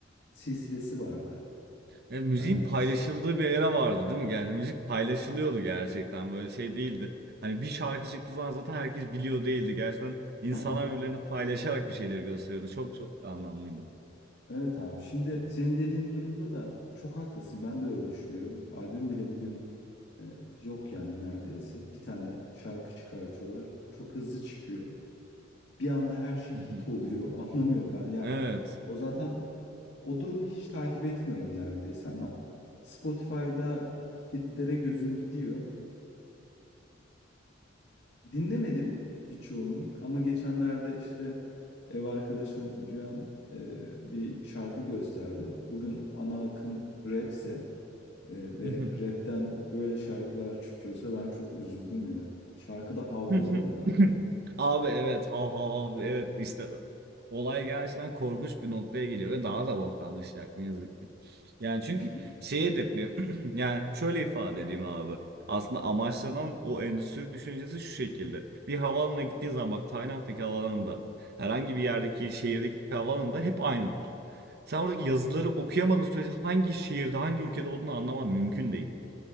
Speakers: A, on the left (about 65°); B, on the right (about 55°).
A: silsilesi vardı.
B: Ya, müziğin
A: Ee,
B: paylaşıldığı
A: şş,
B: bir era vardı değil mi? Yani müzik paylaşılıyordu gerçekten. Böyle şey değildi. Hani bir şarkı çıktığı zaman zaten herkes biliyor değildi. Gerçekten insanlar
A: <laughs>
B: birbirlerini paylaşarak bir şeyleri gösteriyordu. Çok çok anlamlıydı.
A: Evet abi. Şimdi senin dediğin durumda da çok haklısın. Ben de öyle düşünüyorum. Albüm bile bugün e, yok yani neredeyse. Bir tane şarkı çıkartıyorlar. Çok hızlı çıkıyor. Bir anda her şey
B: <laughs>
A: hit oluyor. <laughs> Anlamıyorum ben. Yani
B: Evet.
A: o zaten o durumu hiç takip etmiyorum neredeyse ama Spotify'da hitlere gözüm gidiyor. Dinlemedim birçoğunu ama geçenlerde işte ev arkadaşım Cihan e, bir şarkı gösterdi. Bugün ana akım rapse e, ve
B: <laughs>
A: rapten böyle şarkılar çıkıyorsa ben çok üzüldüm ya. Şarkıda havlıyorlar
B: <laughs>
A: abi.
B: Abi evet hav hav hav evet işte olay gerçekten korkunç bir noktaya geliyor ve daha da boktanlaşacak ne yazık ki. Yani çünkü
A: <laughs>
B: şeyi hedefliyor <clears throat> yani şöyle ifade edeyim abi aslında amaçlanan o endüstri düşüncesi şu şekilde bir havaalanına gittiğin zaman bak Tayland'daki havaalanında herhangi bir yerdeki şehirdeki havaalanında hep aynı. Sen oradaki yazıları okuyamadığın sürece hangi şehirde hangi ülkede olduğunu anlaman mümkün değil.